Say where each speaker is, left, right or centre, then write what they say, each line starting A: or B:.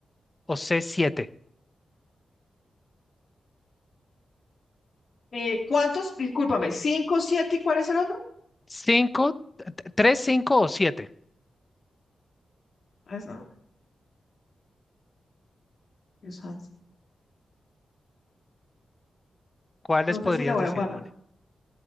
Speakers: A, on the left; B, on the left.
A: o c siete.
B: Eh, ¿cuántos? Discúlpame, ¿cinco, siete y cuál es el otro?
A: Cinco, t- tres, cinco o siete.
B: Pues no, Dios santo.
A: ¿Cuáles
B: No
A: podrías
B: sé si la voy
A: decir,
B: a embarrar.
A: Mónica?